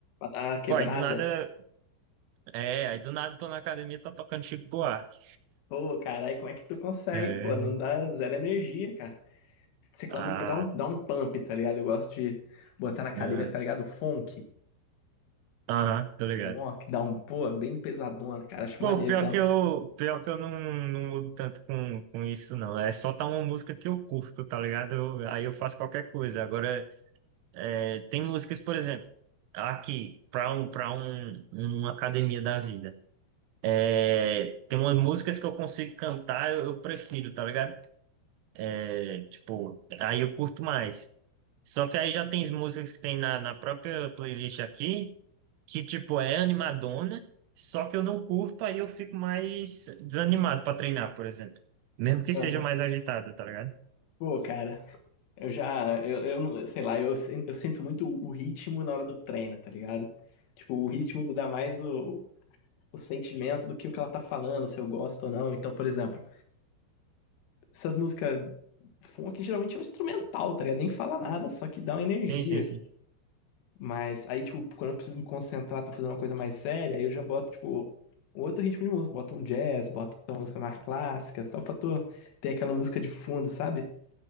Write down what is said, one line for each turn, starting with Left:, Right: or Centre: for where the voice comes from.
Left: Ah, quebrada.
Right: Pô, aí do nada É, aí do nada tô na academia e tá tocando Chico Buarque.
Left: Pô, caralho, como é que tu consegue,
Right: É.
Left: pô? Não dá zero energia, cara. Se aquela
Right: Ah,
Left: música dá um, dá um pump, tá ligado? Eu gosto de botar na academia,
Right: é.
Left: tá ligado? Funk.
Right: Aham, tô ligado.
Left: Ó, que dá um, pô, bem pesadona, cara. Acho
Right: Pô,
Left: maneiro
Right: pior
Left: que dá
Right: que eu,
Left: um.
Right: pior que eu não, não mudo tanto com, com isso, não. É só tá uma música que eu curto, tá ligado? Eu- aí eu faço qualquer coisa. Agora, é, tem músicas, por exemplo, aqui, pra, um, pra um, uma academia da vida. É, tem umas músicas que eu consigo cantar, eu, eu prefiro, tá ligado? É, tipo, aí eu curto mais. Só que aí já tem as músicas que tem na, na própria playlist aqui, que tipo, é animadona, só que eu não curto, aí eu fico mais desanimado pra treinar, por exemplo. Mesmo que
Left: Aham.
Right: seja mais agitada, tá ligado?
Left: Pô, cara, eu já, eu, eu não, sei lá, eu, sin- eu sinto muito o o ritmo na hora do treino, tá ligado? Tipo, o ritmo me dá mais o, o sentimento do que o que ela tá falando, se eu gosto ou não. Então, por exemplo. essas músicas funk geralmente é um instrumental, tá ligado? Nem fala nada, só que dá uma energia.
Right: Sim, sim, sim.
Left: Mas aí, tipo, quando eu preciso me concentrar, tô fazendo uma coisa mais séria, aí eu já boto, tipo, um outro ritmo de música. Boto um jazz, boto uma música mais clássica, só pra tu ter aquela música de fundo, sabe?